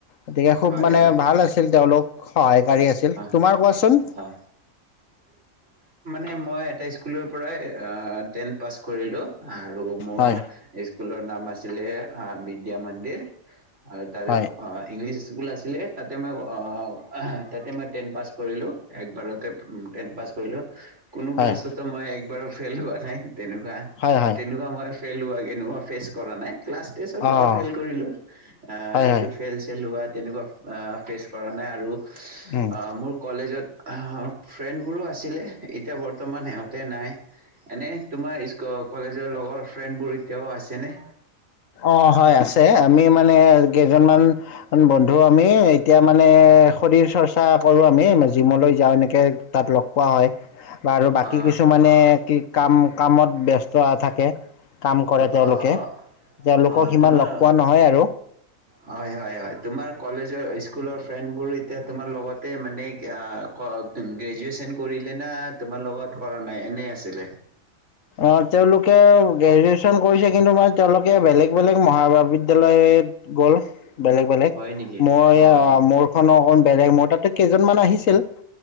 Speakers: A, on the left; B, on the right.
A: গতিকে, খুব
B: হয়
A: মানে
B: হয়
A: ভাল আছিল তেওঁলোক, সহায়কাৰী আছিল।
B: অ
A: তোমাৰ কোৱাচোন?
B: অ এ, মই এটা স্কুলৰ পৰাই টেন পাছ কৰিলোঁ। আৰু মোৰ
A: হয়
B: স্কুলৰ নাম আছিলে, বিদ্যা মন্দিৰ। তাৰে
A: হয়
B: ইংলিছ স্কুল আছিলে, তাতে মই অ' মই টেন পাছ কৰিলোঁ একবাৰতে। টেন পাছ কৰিলোঁ। কোনো ক্লাছতে
A: হয়
B: মই একবাৰো ফেইল হোৱা নাই। তেনেকুৱা,
A: হয় হয়
B: তেনেকুৱা মই ফেল হোৱা কেনেকুৱা ফেচ কৰা নাই ক্লাছ তেচ অত বাৰু
A: অঁ
B: ফেইল কৰিলো আ
A: হয়
B: এইটো
A: হয়
B: ফেইল চেল হোৱাত তেনেকুৱা ফেচ কৰা নাই আৰু
A: উম
B: অ মোৰ কলেজত ফ্ৰেণ্ডবোৰো আছিলে এতিয়া বৰ্তমান সিহঁতে নাই এনেই তোমাৰ স্কুল কলেজৰ লগৰ ফ্ৰেণ্ডবোৰ এতিয়াও আছেনে?
A: অ হয় আছে আমি মানে কেইজনমান বন্ধু আমি এতিয়া মানে শৰীৰ চৰ্চা কৰো আমি জিমলৈ যাওঁ এনেকে তাত লগ পোৱা হয় । বা আৰু বাকী
B: অ
A: কিছুমানে কি কাম কামত ব্যস্ত থাকে কাম কৰে তেওঁলোকে,
B: অ অ
A: তেওঁলোকক
B: অ
A: সিমান
B: তোমাৰ
A: লগ পোৱা নহয় আৰু
B: হয় হয় হয় তোমাৰ কলেজৰ স্কুলৰ ফ্ৰেণ্ডবোৰো এতিয়া তোমাৰ লগতে মানে গ্ৰেজুৱেচন কৰিলে না তোমাৰ লগত কৰা নাই এনেই আছিলে?
A: অ তেওঁলোকে গ্ৰেজুৱেচন কৰিছে কিন্তু ম তেওঁলোকে বেলেগ বেলেগ মহাবিদ্যালয়ত গ'ল । বেলেগ বেলেগ
B: হয় নেকি
A: মই
B: অ
A: আ
B: অ
A: মোৰ খন অকন বেলেগ মোৰ তাতো কেইজনমান আহিছিল